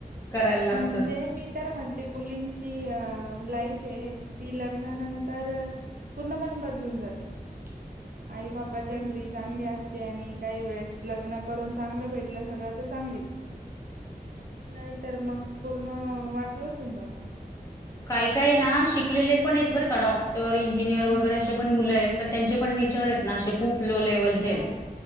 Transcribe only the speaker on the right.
म्हणजे मी तर म्हणते मुलींची अ लाईफ आहे ती लग्नानंतर पूर्णपणे बदलून जाते. आई बापाच्या घरी चांगली असते आणि काही वेळेस लग्न करून चांगलं भेटलं सगळं तर चां नाही तर मग पूर्ण वाटुळ होऊन जात.
हम्म.
हो